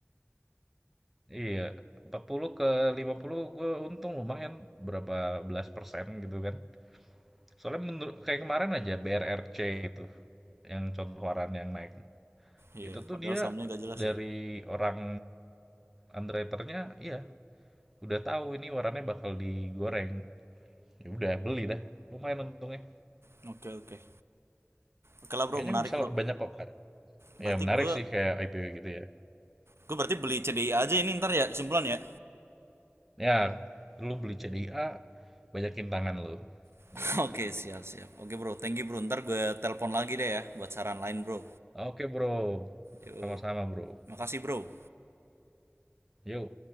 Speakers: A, in the centre; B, on the right.
A: Iya, empat puluh ke lima puluh gue untung lumayan berapa belas persen gitu kan. Soalnya menurut kayak kemarin aja BRRC gitu, yang contoh waran yang naik.
B: iya
A: Itu tuh
B: padahal
A: dia
B: sahamnya nggak jelas
A: dari
B: ya
A: orang underwriternya, iya udah tahu ini warannya bakal digoreng. Ya udah beli dah, lumayan untungnya.
B: oke okay, oke okay. oke lah bro
A: Kayaknya
B: menarik
A: misal
B: bro
A: banyak kok.
B: berarti
A: Ya menarik
B: gua
A: sih kayak IPO gitu ya.
B: gue berarti beli CDI aja ini ntar ya kesimpulan ya
A: Ya, lu beli CDA, banyakin tangan lu.
B: <laughs>
A: Gitu.
B: oke okay, siap siap oke okay, bro thank you bro ntar gue telepon lagi deh ya buat saran lain bro
A: Oke bro,
B: yuk
A: sama-sama bro.
B: makasih bro
A: Yuk.